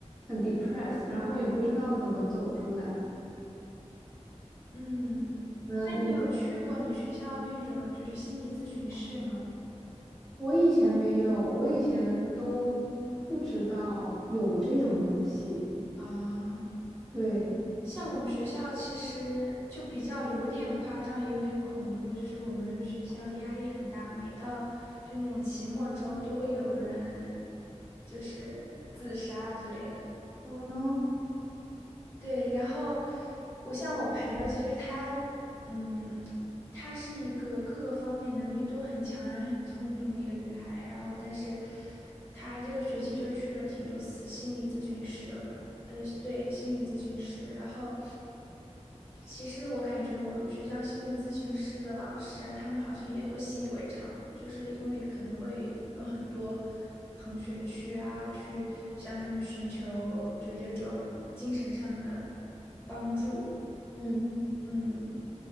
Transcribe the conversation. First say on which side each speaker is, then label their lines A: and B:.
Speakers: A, in the centre; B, on the left.
A: 很 depressed，然后也不知道怎么走出来。
B: 嗯，
A: 嗯，
B: 那你有去过你学校那种就是心理咨询室吗？
A: 你们我以前没有，我以前都不知道有这种东西。
B: 啊，
A: 对
B: 像我们学校其实就比较有点夸张，也有点恐怖，就是我们学校压力很大，每到就那种期末周都会有人就是自杀之类的。
A: o h no，
B: 对，然后我像我朋友，其实她，嗯，她是一个各个方面能力都很强，然后也很聪明的一个女孩。然后，但是她这个学期就去了挺多私心理咨询师的吧，呃，对，心理咨询师。然后，其实我感觉我们学校心理咨询师的老师啊，他们好像也都习以为常就是因为可能会有很多同学去啊，去向他们寻求就是这种精神上的帮助。
A: 嗯，
B: 嗯，